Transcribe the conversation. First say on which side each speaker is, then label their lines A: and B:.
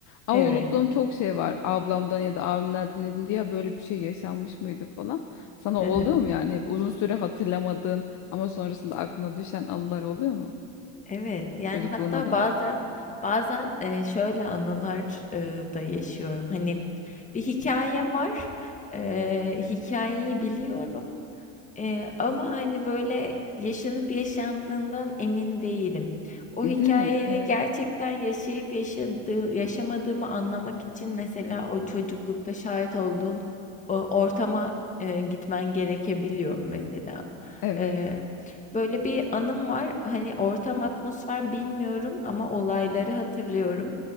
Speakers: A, on the left; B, on the left.
A: Ama
B: Evet.
A: unuttuğum çok şey var. Ablamdan ya da abimden dinledim diye "Ya böyle bir şey yaşanmış mıydı falan. Sana
B: Hı hı.
A: oluyor mu yani? Hep Uzun süre hatırlamadığın ama sonrasında aklına düşen anılar oluyor mu?
B: Evet. Yani
A: Çocukluğuna
B: hatta
A: dair.
B: bazen bazen e, şöyle anılar e, da yaşıyorum. Hani bir hikaye var. E, hikayeyi biliyorum. Eee, ama, hani, böyle, yaşanıp yaşandığından emin değilim. O
A: Değil
B: hikâyeyi
A: mi? Evet.
B: gerçekten yaşayıp yaşadığı yaşamadığımı anlamak için mesela o çocuklukta şahit olduğun o ortama, eee, gitmen gerekebiliyor mesela.
A: Evet.
B: Eee, böyle bir anım var. Hani, ortam, atmosfer bilmiyorum ama olayları hatırlıyorum.